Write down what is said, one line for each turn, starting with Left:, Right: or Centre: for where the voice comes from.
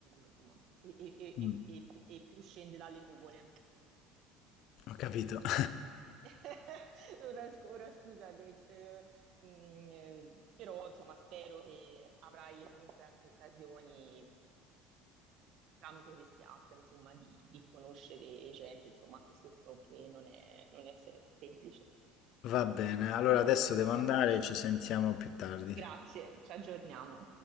Right: insomma, e, e- e-
Left: Mm,
Right: e- e- e più scende dalle nuvole.
Left: Ho capito.
Right: Ecco.
Left: <laughs>
Right: <laughs> Ora, sc- ora scusa, de- eh, mh, eh, però insomma spero che avrai comunque altre occasioni tramite queste app, insomma, di, di conoscere gente, insomma, anche se so che non è, non è se- semplice.
Left: Va bene, allora adesso devo andare,
Right: Grazie.
Left: ci sentiamo più tardi.
Right: Grazie, ci aggiorniamo.